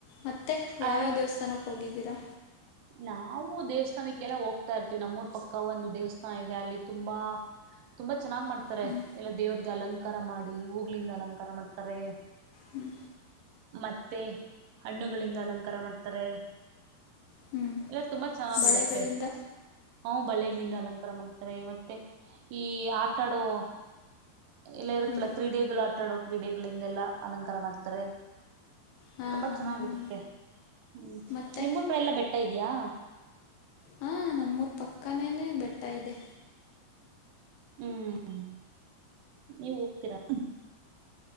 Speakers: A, on the left; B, on the right.
A: ಮತ್ತೆ ಯಾವ್ಯಾವ
B: ಆ
A: ದೇವಸ್ಥಾನಕ್ಕೆ ಹೋಗಿದ್ದೀರಾ.
B: ನಾವು ದೇವಸ್ಥಾನಕ್ಕೆಲ್ಲ ಹೋಗ್ತಾ ಇರ್ತೀವಿ ನಮ್ಮೂರ್ ಪಕ್ಕ ಒಂದು ದೇವಸ್ಥಾನ ಇದೆ ಅಲ್ಲಿ ತುಂಬಾ. ತುಂಬಾ ಚೆನ್ನಾಗ್ ಮಾಡ್ತಾರೆ
A: ಹ್ಞೂ
B: ಎಲ್ಲಾ ದೇವ್ರಗೆ ಅಲಂಕಾರ ಮಾಡಿ ಹೂಗ್ಲಿಂದ ಅಲಂಕಾರ ಮಾಡ್ತಾರೆ.
A: ಹ್ಞೂ
B: ಮತ್ತೆ ಹಣ್ಣುಗಳಿಂದ ಅಲಂಕಾರ ಮಾಡ್ತಾರೆ.
A: ಹ್ಞೂ
B: ಎಲ್ಲ ತುಂಬಾ ಚೆನ್ನಾಗಿರುತ್ತೆ.
A: ಬಳೆಗಳಿಂದ
B: ಹ್ ಬಳೇಲಿಂದ ಅಲಂಕಾರ ಮಾಡ್ತಾರೆ ಮತ್ತೆ ಈ ಆಟಾಡೋ. ಎಲ್ಲ ಇರುತ್ತಲ್ಲ
A: ಹ್ಞೂ
B: ಕ್ರೀಡೆಗಳು ಆಟ ಆಡೋ ಕ್ರೀಡೆಗಳಿಂದೆಲ್ಲಾ ಅಲಂಕಾರ ಮಾಡ್ತಾರೆ.
A: ಹಾಂ
B: ತುಂಬಾ
A: ಹಾಂ
B: ಚೆನ್ನಾಗಿರುತ್ತೆ.
A: ಹಾಂ
B: ಹ್ಮ್
A: ಮತ್ತೆ
B: ನಿಮ್ಮೂ ಕಡೆ ಎಲ್ಲಾ ಬೆಟ್ಟ ಇದ್ಯಾ.
A: ಹಾ ನಮ್ಮೂರ್ ಪಕ್ಕನೇನೆ ಬೆಟ್ಟ ಇದೆ.
B: ಹ್ಮ್ ನೀವ್ ಹೋಗ್ತೀರಾ.